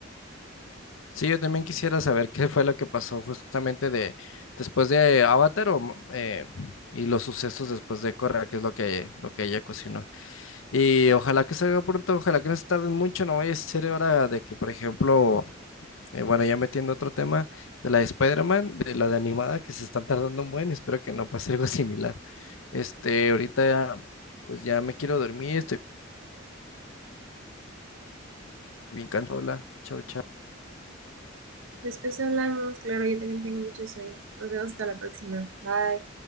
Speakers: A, on the left; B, on the right.
A: Sí, yo también quisiera saber qué fue lo que pasó justamente de después de Avatar o, eh, y los sucesos después de Korra, que es lo que, lo que ella cocinó. Y ojalá que salga pronto, ojalá que no se tarden mucho, no vaya a ser hora de que, por ejemplo, Eh, bueno, ya metiendo otro tema de la de Spider-Man, de la de animada, que se están tardando un buen, espero que no pase <laughs> algo similar. Este, ahorita ya, pues ya me quiero dormir, estoy bien cansado. Hola, chao, chao.
B: Después hablamos, claro, yo también tengo mucho sueño. Nos vemos hasta la próxima. Bye.